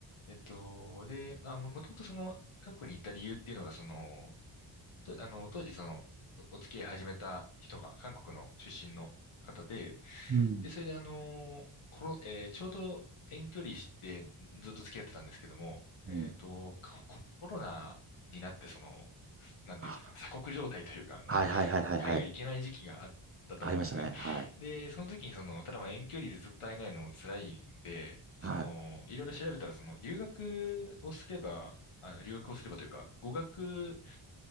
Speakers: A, on the left; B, on the right.
A: えっと、で、まあ、もともとその、韓国に行った理由っていうのが、その、と、あの、当時その、おお付き合い始めた人が韓国の出身の方で、
B: うん。
A: で、それであの、コロ、えーちょうど遠距離してずっと付き合ってたんですけども、えっと、
B: うん。
A: ココロナになってその、なんていうんですか、
B: あ
A: 鎖国状態というか、あの、
B: はいはいはいはいはい。
A: <laughs> 海外行けない時期があったと思うんですね。
B: ありましたね。はい。
A: で、その時にその、ただまあ遠距離でずっと会えないのも辛いんで、
B: はい。
A: その、いろいろ調べたら、その、留学をすれば、あ、留学をすればというか、語学